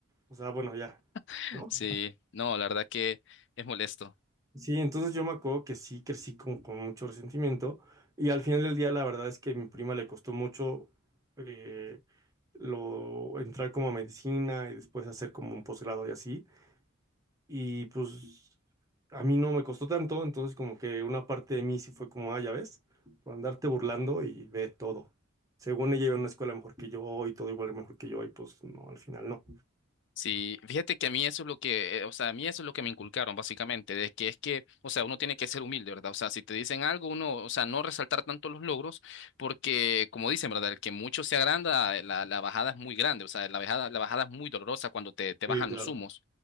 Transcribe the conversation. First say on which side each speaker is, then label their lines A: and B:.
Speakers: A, on the right; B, on the left.
A: O sea, bueno, ya,
B: <laughs>
A: ¿no?
B: Sí, no, la verdad que es molesto.
A: Sí, entonces yo me acuerdo que sí crecí como con mucho resentimiento y al final del día la verdad es que a mi prima le costó mucho eh, lo entrar como a medicina y después hacer como un posgrado y así y pues a mí no me costó tanto, entonces como que una parte de mí sí fue como, ah, ya ves, por andarte burlando y ve todo. Según ella iba a una escuela mejor que yo y todo igual mejor que yo y pues no, al final no.
B: Sí, fíjate que a mí eso es lo que, eh, o sea, a mí eso es lo que me inculcaron básicamente, de que es que, o sea, uno tiene que ser humilde, ¿verdad? O sea, si te dicen algo, uno, o sea, no resaltar tanto los logros, porque como dicen, ¿verdad? El que mucho se agranda, eh, la, la bajada es muy grande, o sea, la bajada, la bajada es muy dolorosa cuando te, te bajan
A: Sí, claro.
B: los humos.